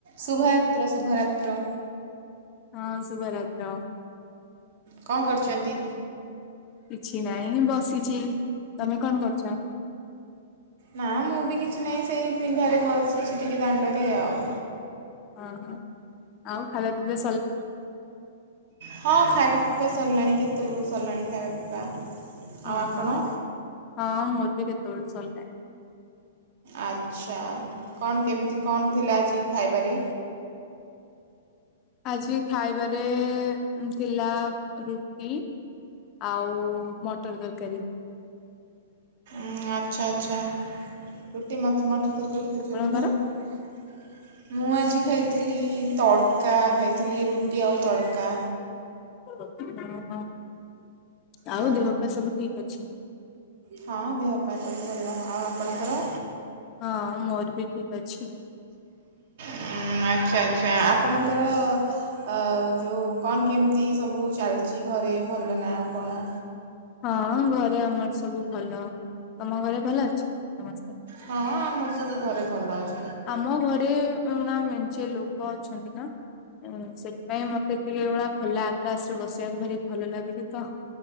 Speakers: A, on the right; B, on the left.
A: ଶୁଭରାତ୍ର ଶୁଭରାତ୍ର।
B: ହଁ ଶୁଭ ରାତ୍ର।
A: କ'ଣ କରୁଛନ୍ତି
B: କିଛି ନାହିଁ ବସିଛି। କି ତମେ କଣ କରୁଛ।
A: ନା ମୁଁ ବି କିଛି ନାହିଁ ସେଇ ପିଣ୍ଢା ରେ ବସିଛି ଟିକେ ଦାଣ୍ଡରେ ଆଉ।
B: ଓହୋ ଆଉ ଖାଇବା ପିବା।
A: ହଁ ଖାଇବ। ସରିଲାଣି କେତେବେଳୁ ସରିଲାଣି ଖାଇବା ପିଇବା।
B: ହଁ
A: ଆଉ ଆପଣ
B: ହଁ ହଁ ମୋର ବି କେ। ତବେଳୁ ସରିଲାଣି।
A: ଆଛା କଣ। କେମିତି କଣ ଥିଲା ଆଜି ଖାଇବାରେ।
B: ଆଜି ଖାଇବାରେ ଥିଲା ରୁଟି ଆଉ ମଟର ତରକାରୀ।
A: ହ ଆଚ୍ଛା ଆଛା ରୁଟି ମ ମଟର ତ। <unintelligible>
B: ଆପଣଙ୍କର?
A: ମୁଁ ଆଜି ଖାଇଥିଲି ତଡ଼କା ଖାଇଥିଲି ରୁଟି ଆଉ ତଡ଼କା।
B: <unintelligible> ଆଉ
A: ହଁ
B: ଦେହ ପା ସବୁ ଠିକ ଅଛି?
A: ହଁ ଦେହ ପା ସବୁ ଭଲ ହ। ଆଉ ଆପଣଙ୍କର।
B: ହଁ ମୋର ବି ଠିକ ଅଛି।
A: ହଁ ଆଚ୍ଛା ଆଛା ଆପଣଙ୍କର। ଆ ଯୋଉ କଣ କେମିତି ସବୁ ଚାଲିଛି ଘରେ ଭଲ ନା ଆ କଣ।
B: ହଁ ଘରେ ଆମର ସବୁ ଭଲ ତମ ଘରେ ଭଲ ଅଛି ସମସ୍ତେ।
A: ହଁ ଆମର ସବୁ ଘରେ ଭଲ ଅଛି।
B: ଆମ ଘରେ <inaudible> <inaudible> ନା ସେଥିପାଇଁ ମତେ ଟିକେ <inaudible> ଖୋଲା ଆକାଶରେ ବସିବାକୁ ଭାରି ଭଲ ଲାଗୁଛି ତ